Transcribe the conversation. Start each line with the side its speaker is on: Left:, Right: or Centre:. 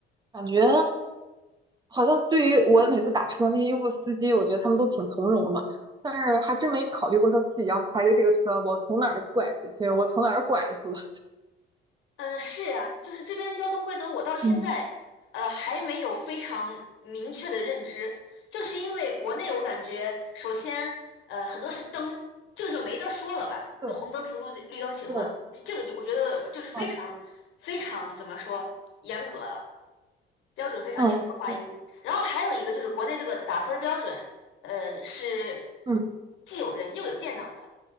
Right: 感觉好像对于我每次打车那些优步司机，我觉得他们都挺从容的，但是还真没考虑过说自己要开着这个车，我从哪儿拐进去，我从哪儿拐出来。
Left: 嗯，是呀，就是这边交通规则，我到现在呃还没有非常明确的认知，
Right: 嗯，
Left: 就是因为国内我感觉，首先呃很多是灯，这个就没得说了吧，
Right: <laughs> 对
Left: 那红灯停绿绿灯行嘛，
Right: 对，
Left: 这个就我觉得就是非常非常怎么说严格了，
Right: 嗯
Left: 标准非常严格划一。
Right: 嗯，对，
Left: 然后还有一个就是国内这个打分儿标准，呃是
Right: 嗯
Left: 既有人又有电脑的，